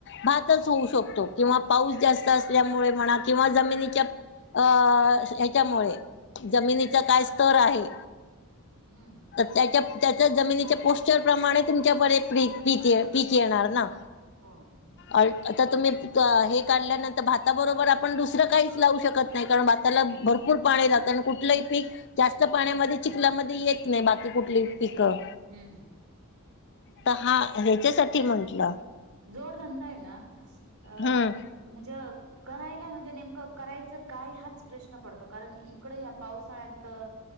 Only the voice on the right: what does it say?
हम्म
हं.
हम्म
जोडधंदा आहे ना अ
म्हणजे करायला म्हणजे नेमक करायच काय हाच प्रश्न पडतो कारण इकड या पावसाळ्यात